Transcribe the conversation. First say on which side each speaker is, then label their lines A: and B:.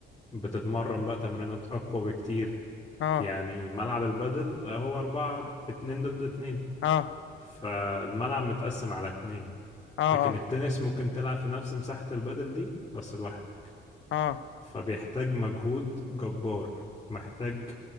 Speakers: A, on the left; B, on the left.
A: بتتمرن بقى تمرينات أقوى بكتير
B: اه
A: يعني ملعب البدل آه، هو أربعة اتنين ضد اتنين
B: اه
A: فالملعب متقسم على اتنين
B: اه
A: لكن
B: اه
A: التنس ممكن تلعب في نفس مساحة البدل دي بس لوحدك
B: اه
A: فبيحتاج مجهود جبار محتاج